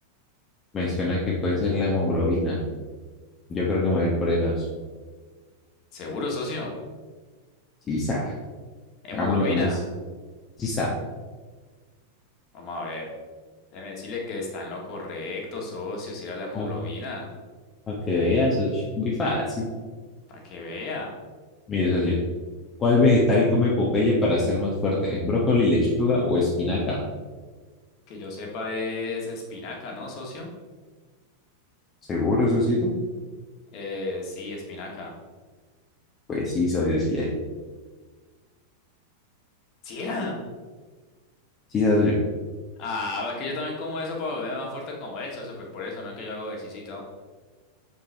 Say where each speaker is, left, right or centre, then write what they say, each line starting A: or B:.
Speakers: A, on the left; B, on the left.
A: me suena que puede ser la hemoglobina. Yo creo que me voy a ir por esa, socio.
B: ¿Seguro, socio?
A: Quizá.
B: ¿Hemoglobina?
A: Hagámosle con eso. Sí sabe.
B: Vamos a ver. Déjeme decirle que está en lo correcto, socio, si era la hemoglobina.
A: Ah, para que veas, socio. Muy fácil.
B: Para que vea.
A: Mire, socio, ¿cuál vegetal come Popeye para ser más fuerte? ¿Brócoli, lechuga o espinaca?
B: Que yo sepa es espinaca, ¿no, socio?
A: ¿Seguro, socito?
B: Eh, sí, espinaca.
A: Pues sí, socio, sí, eh.
B: ¿Sí era?
A: Sí, socio.
B: Ah, que yo también como eso para volverme más fuerte como él, socio, pues por eso, no es que yo hago ejercicio y todo.